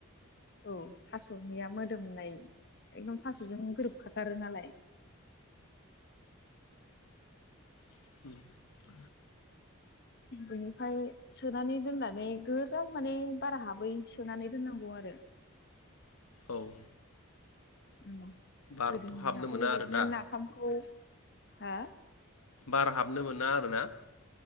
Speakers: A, on the left; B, on the left.
A: औ थास'निया मोदोमनाय एखदम थास'जों गोरोबखाथारो नालाय।
B: <inaudible>
A: बेनिफाय सोनानै दोननानै गोरा माने बार हाबै सोनानै दोननांगौ आरो।
B: औ।
A: उम।
B: बारथ'
A: गोदोनि
B: हाबनो
A: दिनावथ'
B: मोना
A: बेबायदिनो
B: आरो दा
A: नाफामखौ हा
B: बार हाबनो मोना आरोना।